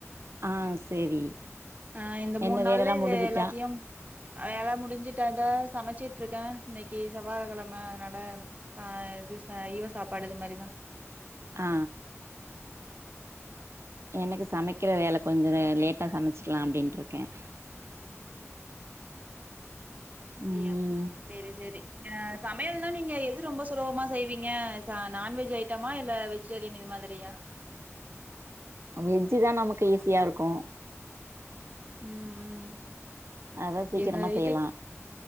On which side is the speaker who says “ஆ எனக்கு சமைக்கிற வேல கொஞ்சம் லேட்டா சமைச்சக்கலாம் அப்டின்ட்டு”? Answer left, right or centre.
Right